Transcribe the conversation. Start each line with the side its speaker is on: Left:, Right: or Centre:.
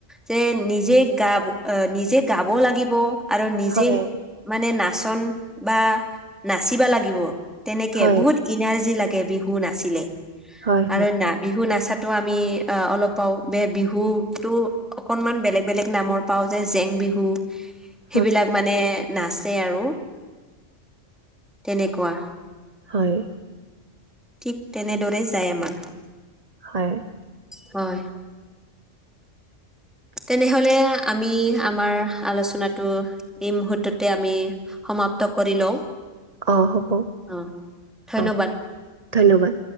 Centre: যে নিজে গাবু নিজে গাব লাগিব আৰু নিজে
Right: হয়
Centre: মানে নাচন বা নাচিবা লাগিব তেনেকে
Right: হয়
Centre: বহুত ইনাৰ্জি লাগে বিহু নাচিলে
Right: হয়
Centre: আৰু না বিহু নাচাতো আমি অ'অলপ পাও বে বিহুটো অকনমান বেলেগ-বেলেগ নামৰ পাওঁ যে জেং বিহু
Right: <inaudible>
Centre: সেইবিলাক মানে নাচে আৰু তেনেকুৱা।
Right: হয়।
Centre: ঠিক তেনেদৰে যায় আমাৰ।
Right: হয়।
Centre: হয়।
Right: <inaudible>
Centre: তেনেহ'লে আমি আমাৰ আলোচনাটো এই মূহৰৰ্ততে আমি সমাপ্ত কৰি লওঁ?
Right: অ'হ'ব অ'ধন্যবাদ।
Centre: অ ধন্যবাদ